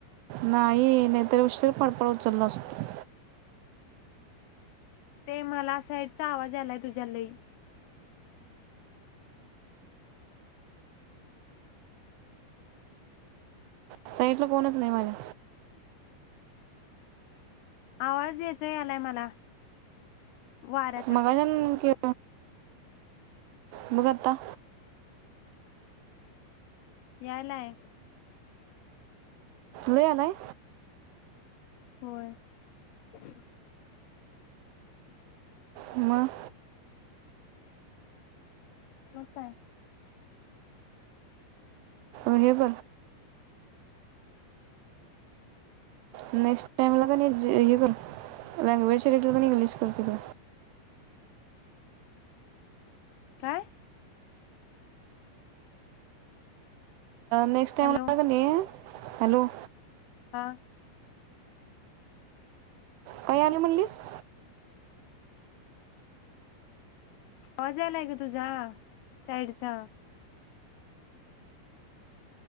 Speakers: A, on the right (about 80°); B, on the left (about 85°).
A: नाही नाहीतरी उशीरी पडपड उचलला असतो.
B: ते मला साईडचा आवाज आलाय तुझ्या लई
A: साईटला कोणच नाही माझ्या
B: आवाज येते यायलाय मला वाऱ्याचा
A: मगाजन क भघता
B: यायलाय
A: लयालाय
B: होय ह
A: म
B: म काय
A: उभेप नेक्स्ट टाइमला का हे कर लँग्वेज िरेक्टर इंग्लिश कर तिथला
B: काय
A: नेक्स्ट टाइम
B: हॅलो
A: ला कणी हॅलो
B: हा
A: काही आले म्हणलीस
B: आवाज यायलाय ग तुझा साईटचा